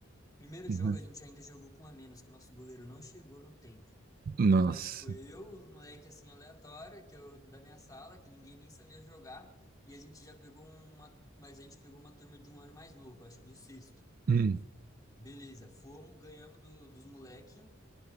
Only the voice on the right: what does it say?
Uhum.
Nossa.
Hum,